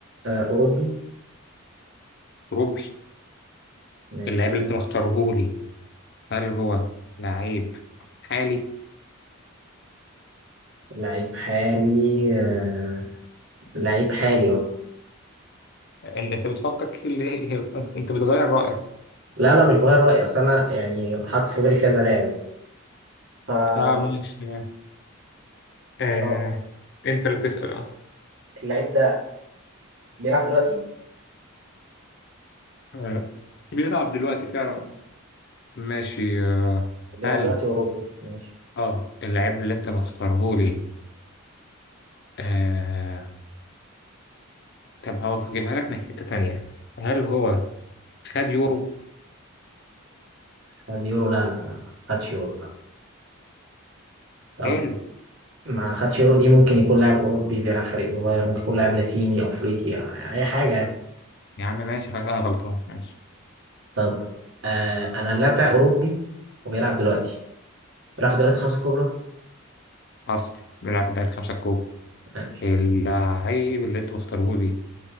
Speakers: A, on the right; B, on the left.
A: آه اوروبي
B: روبي
A: ماشي
B: اللعيب اللي انت مختاره لي هل هو لعيب حالي؟
A: لعيب حالي آه لعيب حالي اهو
B: ان انت بتفكر كتير ليه؟ <laughs> انت بتغير رأيك
A: لا لا مش بغير رأيي اصل انا يعني حاطط في بالي كذا لاعب يعني. ف
B: اه ماشي تمام آه،
A: طب
B: انت اللي بتسأل اه
A: اللعيب ده بيلعب دلوقتي
B: آه، بيلعب دلوقتي فعلا آه. ماشي آه،
A: بيلعب
B: هل
A: دلوقتي اوروبي ماشي
B: اه اللعيب اللي انت مختاره لي آه طب هو هجيبها لك من حتة تانية هل هو خد يورو؟
A: خد يورو لا لا لا ما خدش يورو لا طب
B: حلو
A: ما خدش يورو دي ممكن يكون لاعب اوروبي بيلعب فريق صغير ممكن يكون لاعب لاتيني افريقي يعني اي حاجة يعني.
B: يا عم ماشي خلاص انا غلطان ماشي
A: طب آه انا اللاعب بتاعي اوروبي وبيلعب دلوقتي بيلعب في الدوريات الخمسة الكبرى
B: حصل بيلعب في دوري خمسة الكبرى
A: ماشي
B: اللعيب اللي انت مختاره لي